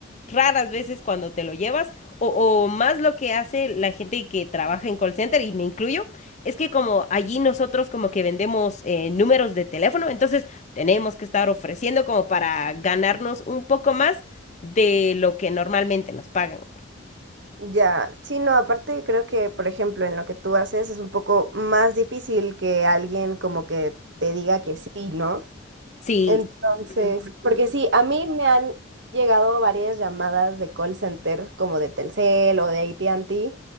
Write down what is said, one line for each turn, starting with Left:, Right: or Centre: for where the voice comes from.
Left: Raras veces cuando te lo llevas, o, o más lo que hace la gente que trabaja en call center, y me incluyo, es que como allí nosotros como que vendemos eh, números de teléfono, entonces tenemos que estar ofreciendo como para ganarnos un poco más de lo que normalmente nos pagan.
Right: Ya, sí, no, aparte creo que, por ejemplo, en lo que tú haces es un poco más difícil que alguien como que te diga que sí, ¿no?
Left: Sí,
Right: Entonces,
Left: Ujú.
Right: porque sí, a mí me han llegado varias llamadas de call center, como de Telcel o de AT&T,